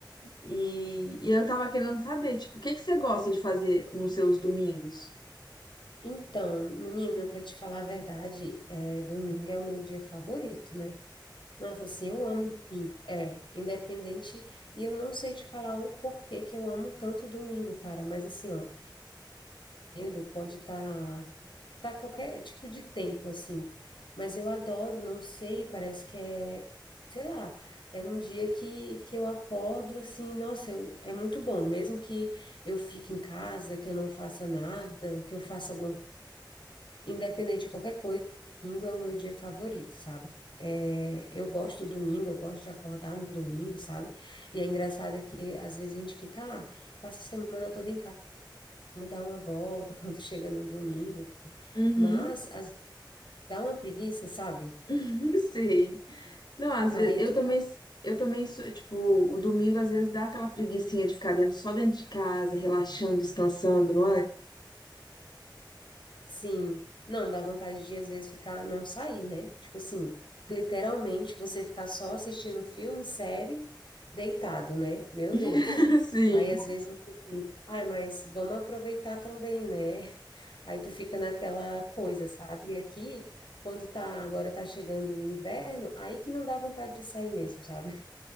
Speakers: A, on the left; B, on the left.
A: E, e eu tava querendo saber, tipo, o que que você gosta de fazer nos seus domingos?
B: Então, menina, para te falar a verdade, é, domingo é o meu dia favorito, né? Nossa, assim, eu amo domingo. É, independente. E eu não sei te falar o porquê que eu amo tanto domingo, cara. Mas assim, ó, tendo, pode estar. tá qualquer tipo de tempo assim. Mas eu adoro, não sei, parece que é, sei lá, é um dia que, que eu acordo assim, nossa, eu, é muito bom, mesmo que eu fique em casa, que eu não faça nada, ou que eu faça alguma, coisa, independente de qualquer coisa, domingo é o meu dia favorito, sabe? É, eu gosto do domingo, eu gosto de acordar no domingo, sabe? E é engraçado é que às vezes a gente fica, ah, passa a semana toda em casa, vamos dar uma volta <laughs> quando chega no domingo,
A: Uhum.
B: mas às Dá uma preguiça, sabe?
A: <laughs> Sei. Não, às vezes
B: Aí
A: eu
B: tu.
A: também, eu também sou, tipo, o domingo às vezes dá aquela preguicinha de ficar dentro, só dentro de casa, relaxando, descansando, não é?
B: Sim. Não, dá vontade de às vezes ficar, não sair, né? Tipo assim, literalmente você ficar só assistindo filme, série, deitado, né? Meu Deus.
A: <laughs> Sim.
B: Aí às vezes você pensa, ai, mas vamos aproveitar também, né? Aí tu fica naquela coisa, sabe? E aqui, quando tá, agora tá chegando o inverno, aí que não dá vontade de sair mesmo, sabe?